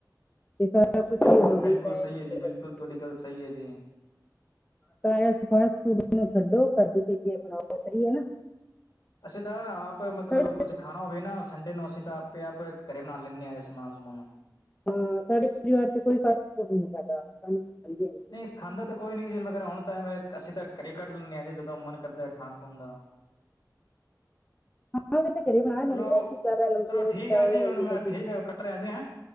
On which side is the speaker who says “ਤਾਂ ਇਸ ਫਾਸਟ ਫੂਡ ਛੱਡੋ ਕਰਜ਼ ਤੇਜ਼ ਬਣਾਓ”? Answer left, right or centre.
Left